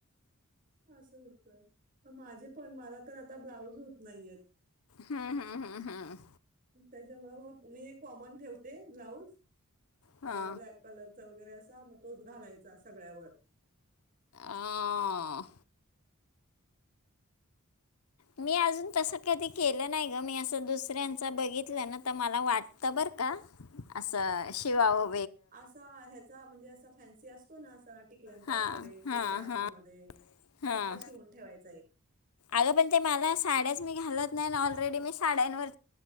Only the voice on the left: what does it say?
हम्म हम्म हम्म हम्म.
हा.
अ मी अजून तसं कधी केलं नाही ग मी असं दुसऱ्यांच बघितलं ना तर मला वाटतं बर का असं शिवाव
हां
हां
हां
हां
अगं पण ते मला साड्याच मी घालत नाही ऑलरेडी मी साड्यांवर